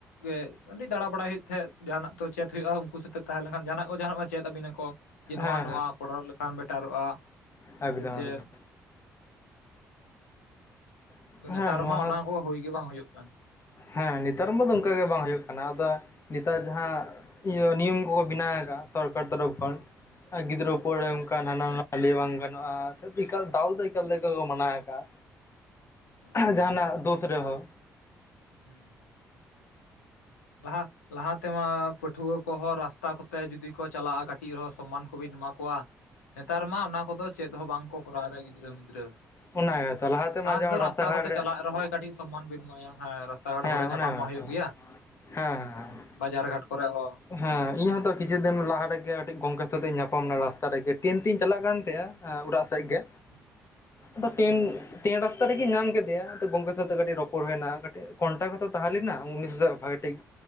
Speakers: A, on the left; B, on the left.
A: ᱜᱮ ᱟᱹᱰᱤ ᱫᱟᱬᱟ ᱵᱟᱲᱟᱭ ᱦᱩᱭᱩᱜ ᱛᱟᱦᱮᱸᱜ ᱡᱟᱦᱟᱱᱟᱜ ᱛᱚ ᱪᱮᱫ ᱦᱩᱭᱩᱜᱼᱟ ᱩᱱᱠᱩ ᱥᱟᱛᱮᱜ ᱛᱟᱦᱮᱸ ᱞᱮᱱᱠᱷᱟᱱ ᱡᱟᱦᱟᱱᱟᱜ ᱠᱚ ᱡᱟᱦᱟᱱᱟᱜ ᱫᱚ ᱵᱟᱝ ᱪᱮᱫ ᱟᱹᱵᱤᱱᱟᱠᱚ᱾ ᱡᱮ ᱱᱚᱣᱟ
B: ᱦᱮᱸ
A: ᱱᱚᱣᱟ ᱠᱚᱨᱟᱣ ᱞᱮᱠᱷᱟᱱ ᱵᱮᱴᱟᱨᱚᱜᱼᱟ
B: ᱟᱠᱫᱚᱢ
A: ᱥᱮ ᱪᱮᱫ
B: ᱮᱠᱫᱚᱢ ᱮᱠᱫᱚᱢ
A: ᱱᱮᱛᱟᱨ
B: ᱦᱮᱸ ᱱᱚᱣᱟ
A: ᱢᱟ ᱚᱱᱟ
B: ᱦᱚᱸ
A: ᱠᱚ ᱦᱩᱭ ᱜᱮ ᱵᱟᱝ ᱦᱩᱭᱩᱜ ᱠᱟᱱ
B: ᱦᱮᱸ ᱱᱮᱛᱟᱨ ᱢᱟ ᱫᱚ ᱚᱱᱠᱟ ᱜᱮ ᱵᱟᱝ ᱦᱩᱭᱩᱜ ᱠᱟᱱᱟ ᱟᱫᱚ ᱱᱮᱛᱟᱨ ᱡᱟᱦᱟᱸ ᱤᱭᱟᱹ ᱱᱤᱭᱚᱢ ᱠᱚᱠᱚ ᱵᱮᱱᱟᱣ ᱮᱫᱟ ᱥᱚᱨᱠᱟᱨ ᱛᱚᱨᱚᱯᱷ ᱠᱷᱚᱱ ᱜᱤᱫᱽᱨᱟᱹ ᱚᱯᱚᱨ
A: ᱦᱳᱭ
B: ᱲᱮ ᱚᱱᱠᱟ ᱦᱟᱱᱟ ᱱᱟ ᱞᱟᱹᱭ ᱵᱟᱝ ᱜᱟᱱᱚᱜᱼᱟ ᱮᱠᱟᱞ ᱫᱟᱞ ᱫᱚ ᱮᱠᱟᱞ ᱛᱮᱜᱮ ᱠᱚ ᱢᱟᱱᱟᱣ ᱟᱠᱟᱫ-ᱟ
A: ᱟᱪᱪᱷᱟ
B: ᱡᱟᱦᱟᱱᱟᱜ ᱫᱳᱥ ᱨᱮᱦᱚᱸ
A: ᱦᱩᱸ ᱦᱩᱸ ᱞᱟᱦᱟ ᱞᱟᱦᱟ ᱛᱮᱢᱟ ᱯᱟᱹᱴ ᱴᱷᱩᱣᱟᱹ ᱠᱚᱦᱚᱸ ᱨᱟᱥᱛᱟ ᱠᱚᱛᱮ ᱡᱩᱫᱤ ᱠᱚ ᱪᱟᱞᱟᱜᱼᱟ ᱠᱟᱹᱴᱤᱡ ᱨᱮᱦᱚᱸ ᱥᱚᱢ ᱢᱟᱱ ᱠᱚᱵᱤᱱ ᱮᱢᱟ ᱠᱚᱣᱟ ᱱᱮᱛᱟᱨ ᱢᱟ ᱚᱱᱟ ᱠᱚᱫᱚ ᱪᱮᱫ ᱦᱚᱸ ᱵᱟᱝ ᱠᱚ ᱠᱚᱨᱟᱣ ᱮᱫᱟ ᱜᱤᱫᱽᱨᱟᱹ ᱢᱤᱫᱽᱨᱟᱹ
B: ᱚᱱᱟ ᱜᱮᱛᱚ ᱞᱟᱦᱟᱛᱮᱢᱟ
A: ᱞᱟᱦᱟ
B: ᱡᱮᱢᱚᱱ
A: ᱛᱮᱫᱚ ᱨᱟᱥᱛᱟ
B: ᱜᱷᱟᱴ
A: ᱠᱚᱛᱮ
B: ᱨᱮ
A: ᱪᱟᱞᱟᱜ ᱨᱮᱦᱚᱸ ᱠᱟᱹᱴᱤᱡ ᱥᱚᱢᱢᱟᱱ ᱵᱤᱱ ᱮᱢᱟᱭᱟ᱾ ᱦᱮᱸ ᱨᱟᱥᱛᱟ ᱜᱷᱟᱴ
B: ᱦᱮᱸ
A: ᱠᱚᱨᱮ ᱧᱟᱯᱟᱢ
B: ᱚᱱᱟ
A: ᱢᱟ
B: ᱜᱮᱛᱚ
A: ᱦᱩᱭᱩᱜ
B: ᱦᱮᱸ
A: ᱜᱮᱭᱟ
B: ᱦᱮᱸ
A: ᱵᱟᱡᱟᱨ ᱜᱷᱟᱴ ᱠᱚᱨᱮ ᱦᱚᱸ᱾
B: ᱦᱮᱸ ᱤᱧ ᱦᱚᱸᱛᱚ ᱠᱤᱪᱷᱩ ᱫᱤᱱ ᱞᱟᱦᱟ ᱨᱮᱜᱮ ᱢᱤᱴᱤᱡ ᱜᱚᱝᱠᱮ ᱥᱟᱣᱛᱤᱧ ᱧᱟᱯᱟᱢ ᱱᱟ ᱨᱟᱥᱛᱟ ᱨᱮᱜᱮ ᱴᱨᱮᱱ ᱛᱮᱧ ᱪᱟᱞᱟᱜ ᱠᱟᱱ ᱛᱟᱸᱦᱮᱼᱟ ᱮᱸ ᱚᱲᱟᱜ ᱥᱮᱜᱽ ᱜᱮ
A: ᱦᱮᱸ,
B: ᱟᱫᱚ ᱴᱮᱱ ᱯᱷᱮᱰ ᱚᱠᱛᱚ ᱨᱮᱜᱮᱧ ᱧᱟᱢ ᱠᱮᱫᱮᱭᱟ ᱟᱫᱚ ᱜᱚᱝᱠᱮ ᱥᱟᱸᱣᱛᱮ ᱠᱟᱹᱴᱤᱡ ᱨᱚᱯᱚᱲ ᱦᱩᱭᱮᱱᱟ ᱠᱟᱹᱴᱤᱡ ᱠᱚᱱᱴᱟᱠ ᱦᱚᱸᱛᱚ ᱛᱟᱦᱮᱸ ᱞᱮᱱᱟ ᱩᱱ ᱵᱷᱟᱜᱮ ᱴᱤᱠ